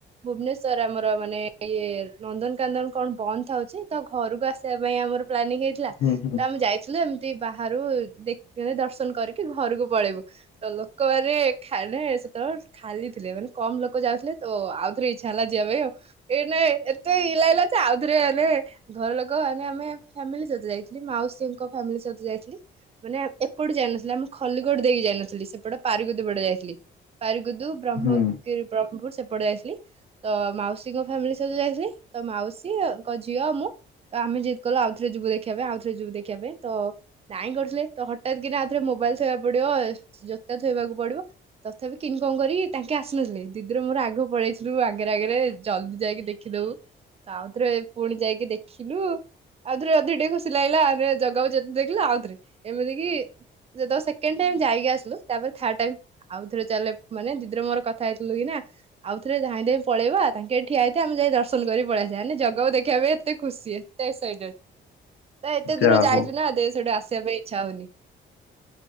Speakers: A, on the right (about 30°); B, on the left (about 75°).
A: ଭୁବନେଶ୍ଵର ଆମର ମାନେ ଇଏ ନନ୍ଦନକନ୍ଦନ କଣ ବନ୍ଦ ଥାଉଚି ତ ଘରୁକୁ ଆସିବା ପାଇଁ ଆମର ପ୍ଲାନିଂ ହେଇ ଥିଲା
B: ହୁଁ ହୁଁ
A: ତ ଆମେ ଯାଇଥିଲୁ ଏମତି ବାହାରୁ ଦେ ଏ ଦର୍ଶନ କରିକି ଘରୁକୁ ପଳେଇବୁ। ତ ଲୋକମାନେ ଖାଲେ ସେତୋଳ ଖାଲି ଥିଲେ ମାନେ କମ ଲୋକ ଯାଉଥୁଲେ ତ ଆଉ ଥର ଇଚ୍ଛା ହେଲା ଯିବା ପାଇଁ ଆଉ। ଏଇନା ଏ ଏତେ ଇଏ ଲାଗିଲା ଯେ ଆଉ ଥରେ ଆଲେ ଘର ଲୋକ ଆନେ ଆମେ ଫ୍ୟାମିଲି ସହିତ ଯାଇଥିଲି ମାଉସୀଙ୍କ ଫ୍ୟାମିଲି ସହିତ ଯାଇଥିଲି। ମାନେ ଏପଟୁ ଯାଇନଥିଲେ ଆମେ ଖଲିକୋଟ ଦେଇକି ଯାଇନଥିଲି ସେପଟ ପାରିକୁଦ ପଟେ ଯାଇଥିଲି। ଉଦୁ ବ୍ରହ୍ମଗିରି
B: ହୁଁ।
A: ବ୍ରହ୍ମପୁର ସେପଟେ ଯାଇଥିଲି। ତ ମାଉସୀଙ୍କ ଫ୍ୟାମିଲି ସହିତ ଯାଇଥିଲି ତ ମାଉସୀଙ୍କ ଝିଅ ମୁଁ। ତ ଆମେ ଯିଦ୍ କଲୁ ଆଉ ଥରେ ଯିବୁ ଦେଖିବା ପାଇଁ ଆଉ ଥରେ ଯିବୁ ଦେଖିବା ପାଇଁ ତ ନାଇଁ କରୁଥୁଲେ ତ ହଠାତ୍ କିନା ଆଉ ଥରେ ମୋବାଇଲ୍ ଥୋଇବାକୁ ପଡ଼ିବ ଜୋତା ଥୋଇବାକୁ ପଡ଼ିବ ତଥାପି ଇଁ କଁ କରି ତାଙ୍କେ ଆସିନଥିଲେ ଦିଦିର ମୋର ଆଗ ପଳେଇଥିଲୁ ଆଗେରେ ଆଗେରେ ଜଲଦି ଯାଇକି ଦେଖିଦବୁ। ରଆଉ ଥରେ ପୁଣି ଯାଇକି ଦେଖିଲୁ। ଆଉ ଥରେ ଅଧିକ ଟିକେ ଖୁସି ଲାଗିଲା ଆମେ ଜଗାକୁ ଯେତେ ଦେଖିଲେ ଆଉ ଥରେ ଏମିତି କି ଯେ ଦ ସେ କେଣ୍ଡ୍ ଟାଇମ୍ ଯାଇକି ଆସିଲୁ ତାପରେ ଥାର୍ଡ ଟାଇମ୍ ଆଉ ଥରେ ଚାଲେ ମାନେ ଦିଦିର ମୋର କଥା ହେଇଥିଲୁ କି ନା ଆଉ ଥରେ ଧାଇଁ ଧାଇଁ ପଳେଇବା ତାଙ୍କେ ଠିଆ ହେଇଥିବେ ଆମେ ଯାଇ ଦର୍ଶନ କରି ପଳିଆସିବା ନେ ଜଗାକୁ ଦେଖିବା ପାଇଁ ଏତେ ଖୁସି ଏତେ ଏସ୍ ସାଇଟେଡ଼୍ ନାଁ ଏତେ
B: ଯା
A: ଦୂରୁ ଯାଇଚୁ
B: ହଉ
A: ନାଁ ଦେ ସେଠୁ ଆସିବା ପାଇଁ ଇଚ୍ଛା ହଉନି।